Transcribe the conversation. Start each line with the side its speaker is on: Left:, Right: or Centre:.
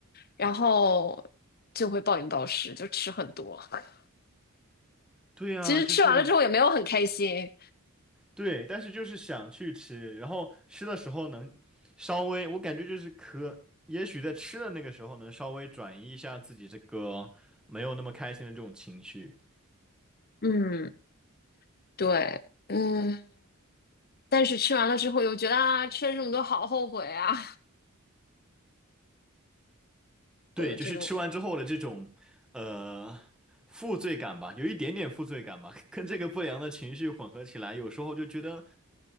Left: 然后就会暴饮暴食，就吃很多。<laughs>
Centre: 对啊，
Left: 其实吃完了之后也没有很开心。
Centre: 就是。对，但是就是想去吃，然后吃的时候能稍微，我感觉就是可，也许在吃的那个时候能稍微转移一下自己这个没有那么开心的这种情绪。
Left: 嗯，对。嗯，但是吃完了之后又觉得啊，吃了这么多好后悔啊，
Centre: 对，
Left: 我有这种。
Centre: 就是吃完之后的这种呃负罪感吧，有一点点负罪感吧，跟这个不良的情绪混合起来，有时候就觉得